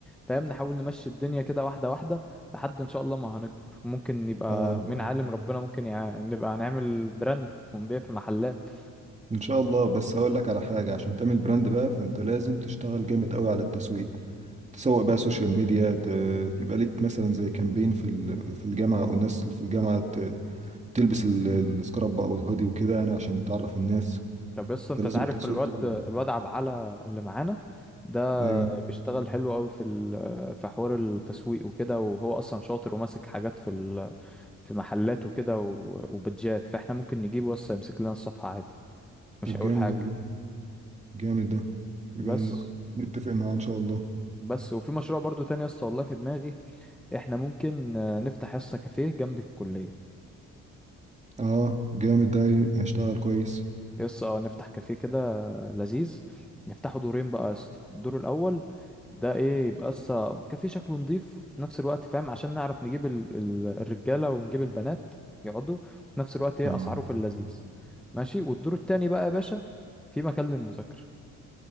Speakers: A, in the centre; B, on the right.
A: فاهم نحاول نمشي الدنيا كده واحدة واحدة لحد إن شاء الله ما هنكبر ممكن يبقى
B: اه
A: مين عالم ربنا ممكن يع... نبقى نعمل براند ونبيع في محلات
B: ان شاء الله بس هقول لك على حاجه عشان تعمل براند بقى فانت لازم تشتغل جامد قوي على التسويق تسوق بقى سوشيال ميديا ت- يبقى ليك مثلا زي كامبين في ال- في الجامعه او الناس في الجامعه ت- تلبس ال- السكراب او الهودي وكده يعني عشان تعرف الناس
A: طب يس أنت
B: فلازم
A: تعرف
B: التسويق
A: الواد
B: تلعب
A: الواد
B: عليه
A: عبعلة اللي معانا ده
B: ايوه
A: بيشتغل حلو قوي في ال- في حوار التسويق وكده وهو اصلا شاطر وماسك حاجات في ال- في محلات وكده و- وبتجات فاحنا ممكن نجيبه بس يمسك لنا الصفحة عادي مش
B: طب
A: هيقول
B: جامد
A: حاجة
B: والله جامد ده يبقى
A: بس
B: نخ- نتفق معاه ان شاء الله
A: بس وفي مشروع برضو تاني يا اسطى والله في دماغي احنا ممكن آه، نفتح يا اسطى كافيه جنب الكلية
B: اه جامد ده ي- هيشتغل كويس
A: يس اه نفتح كافيه كده لذيذ نفتحه دورين بقى يا اسطى الدور الاول ده ايه يبقى اسطى كافيه شكله نضيف في نفس الوقت فاهم عشان نعرف نجيب ال... ال... الرجاله ونجيب البنات يقعدوا في نفس الوقت ايه
B: اه
A: اسعاره في اللذيذ ماشي والدور التاني بقى يا باشا في مكان للمذاكره